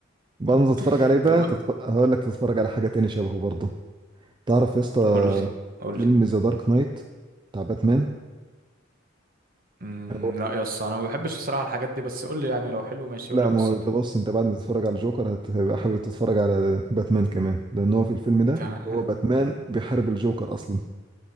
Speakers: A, on the right (about 25°); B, on the right (about 45°).
A: بعد ما تتفرج
B: <laughs>
A: عليه بقى
B: طب
A: تتف... هقول لك تتفرج على حاجة تاني شبهه برضه تعرف يا اسطى
B: قول لي قول
A: فيلم
B: لي
A: ذا دارك نايت بتاع باتمان
B: أمم،
A: هو-
B: لا يا اسطى انا ما بحبش الصراحه الحاجات دي بس قول لي يعني لو حلو ماشي
A: لا
B: قول لي قصته
A: ما هو انت بص انت بعد ما تتفرج على جوكر هتبقى حابب تتفرج على باتمان كمان لان هو في الفيلم ده
B: <laughs>
A: هو باتمان بيحارب الجوكر اصلا